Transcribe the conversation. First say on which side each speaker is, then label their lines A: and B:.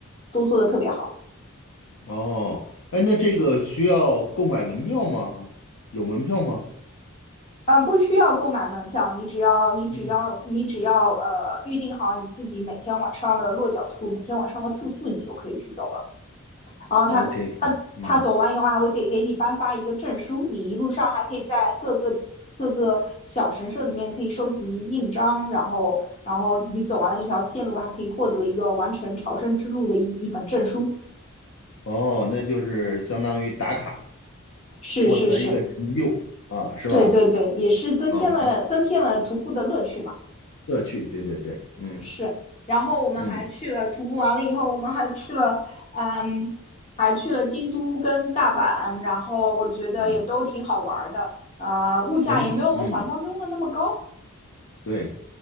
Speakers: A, on the left; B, on the left.
A: 都做得特别好。
B: 哦，哎，那这个需要购买门票吗？有门票吗？
A: 嗯，不需要购买门票，你只要你只要你只要呃预定好你自己每天晚上的落脚处，
B: 嗯
A: 每天晚上的住宿，你就可以去走了。然后他他他走完以后还会给给你颁发一个证书，
B: ，OK，嗯，
A: 你一路上还可以在各个各个小神社里面可以收集印章，然后然后你走完了这条线路，还可以获得一个完成朝圣之路的一一本证书。
B: 哦，那就是相当于打卡。
A: 是是是，
B: 获得一个成就啊，是吧？
A: 对对对，也是增添了增添了徒步的乐趣嘛。
B: 啊，哎，乐趣，对对对，嗯
A: 是，然后我们还去了徒步完了以后，
B: 嗯
A: 我们还去了，嗯，还去了京都跟大阪，然后我觉得也都挺好玩儿的，
B: 嗯，
A: 啊、物价也没有我想象中的那么高。
B: 行，嗯，对，